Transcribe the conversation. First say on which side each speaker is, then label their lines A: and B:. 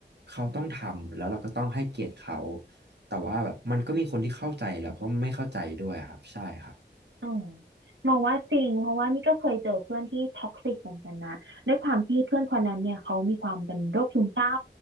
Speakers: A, on the right (about 65°); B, on the right (about 85°).
A: เขาต้องทำแล้วเราก็ต้องให้เกียรติเขาแต่ว่าแบบมันก็มีคนที่เข้าใจแล้วก็ไม่เข้าใจด้วยครับใช่ครับ
B: อืมมองว่าจริงเพราะว่านี่ก็เคยเจอเพื่อนที่ท็อกซิกเหมือนกันนะด้วยความที่เพื่อนคนนั้นเนี่ยเขามีความเป็นโรคซึมเศร้า